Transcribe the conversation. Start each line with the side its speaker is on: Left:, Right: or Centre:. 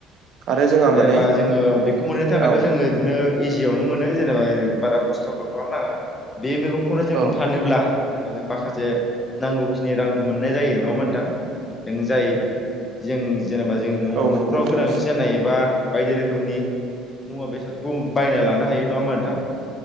Right: आरो जोंहा
Left: जेनेबा
Right: माने
Left: जोङो बेखौ मोननो थाखायथ'
Right: औ
Left: जोङो ओरैनो इजियावनो मोनो। जेनेबा बारा खस्थ' खालामनाङा बे मैगं खौनो जों
Right: औ
Left: फानोब्ला जेनबा जों मा खासे नांगौखिनि रांखौ मोननाय जायो नङा होनबा नोंथां? जों जाय जों जेनेबा जोंनि न'
Right: औ
Left: न'खराव
Right: नंगौ नोंथां
Left: गोनांथि जानाय एबा बायदि रोखोमनि मुवा बेसाद खम बायना लानो हायो नङा होमबा नोंथां?